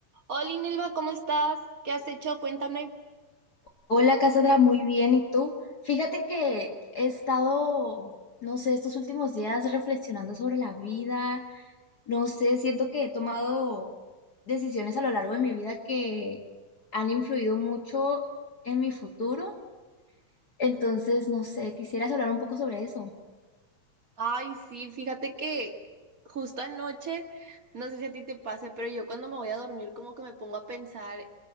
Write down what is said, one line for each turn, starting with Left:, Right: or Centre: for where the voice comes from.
Right: Hola, Nelva, ¿cómo estás? ¿Qué has hecho? Cuéntame.
Left: Hola Cassandra, muy bien. ¿Y tú? Fíjate que he estado, no sé, estos últimos días reflexionando sobre la vida. No sé, siento que he tomado decisiones a lo largo de mi vida que han influido mucho en mi futuro. Entonces, no sé, quisieras hablar un poco sobre eso.
Right: Ay, sí, fíjate que justo anoche, no sé si a ti te pase, pero yo cuando me voy a dormir como que me pongo a pensar